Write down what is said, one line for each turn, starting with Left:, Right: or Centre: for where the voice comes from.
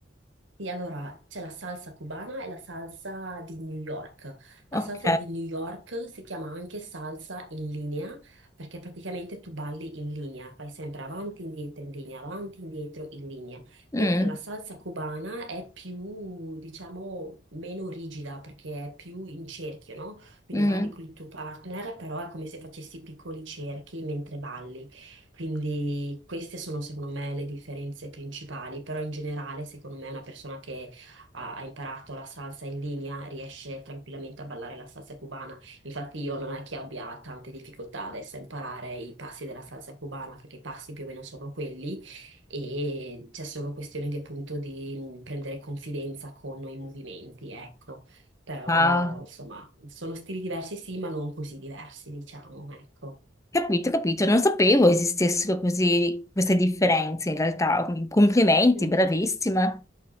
Right: Sì, allora c'è la salsa cubana e la salsa di New York. La
Left: Ok.
Right: salsa di New York si chiama anche salsa in linea perché praticamente tu balli in linea, fai sempre avanti, indietro, in linea, avanti, indietro, in linea.
Left: Mm,
Right: Mentre la salsa cubana è più, diciamo, meno rigida perché è più in cerchio, no? Quindi
Left: mm.
Right: balli con il tuo partner, però è come se facessi piccoli cerchi mentre balli. Quindi queste sono secondo me le differenze principali, però in generale secondo me una persona che ha, ha imparato la salsa in linea riesce tranquillamente a ballare la salsa cubana. Infatti io non è che abbia tante difficoltà adesso a imparare i passi della salsa cubana, perché i passi più o meno sono quelli e c'è solo questione di appunto di prendere confidenza con i movimenti, ecco. Però
Left: Ah,
Right: insomma sono stili diversi sì, ma non così diversi, diciamo, ecco.
Left: capito, capito. Non sapevo esistessero così queste differenze in realtà. Complimenti,
Right: Mm.
Left: bravissima.